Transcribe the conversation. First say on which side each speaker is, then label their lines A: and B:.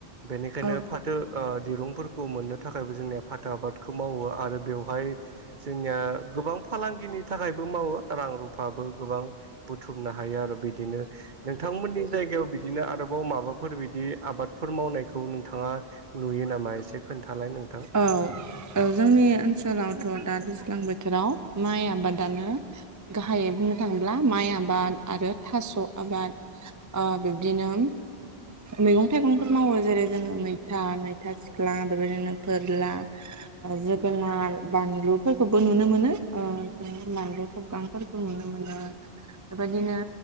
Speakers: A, on the right; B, on the right.
A: बेनिखायनो
B: औ
A: फाथो ओ दिरुंफोरखौ मोननो थाखायबो जोंनि फाथा आबादखौ मावो आरो बेवहाय जोंनिया गोबां फालांगिनि थाखायबो मावो। रां रुफाबो गोबां बुथुमनो हायो आरो बिदिनो नोंथांमोननि जायगायाव बिदिनो आरोबाव माबाफोर बिदि आबादफोर मावनायखौ नोंथाङा नुयो नामा एसे खोनथालाय नों
B: औ जोंनि ओनसोलावथ' दा दैज्लां बोथोराव माइ आबादानो गाहायै बुंनो थाङोब्ला माइ आबाद आरो थास' आबाद ओ बिबदिनो मैगं थाइगंफोर मावो जेरै जोङो मैथा मैथा सिख्ला बेबायदिनो फोरला जोगोनार बानलुफोरखौबो नुनो मोनो जों बानलु थबगांफोरखौ खौ नुनो मोनो बेबायदिनो